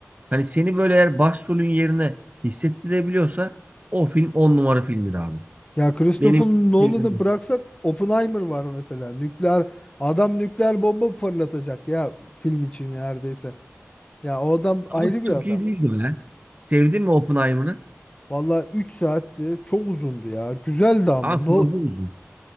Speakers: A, on the right; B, on the left.
A: Hani seni böyle eğer başrolün yerine hissettirebiliyorsa o film on numara filmdir abi.
B: Ya Christopher
A: Benim
B: Nolan'ı
A: sevdiğim. o.
B: bıraksak Oppenheimer var mesela. Nükleer adam nükleer bomba fırlatacak ya film için neredeyse. Ya o adam ayrı
A: Ama çok
B: bir adam.
A: iyi değildi be. Sevdin mi Oppenheimer'ı?
B: Vallahi 3 saatti. Çok uzundu ya. Güzeldi ama.
A: Abi
B: No,
A: fazla uzun.